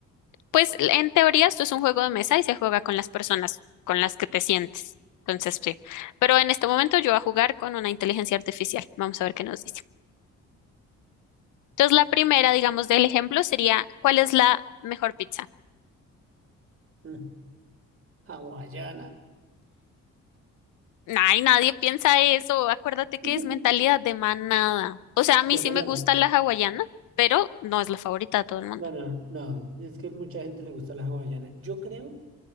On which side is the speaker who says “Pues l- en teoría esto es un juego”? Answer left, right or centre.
Left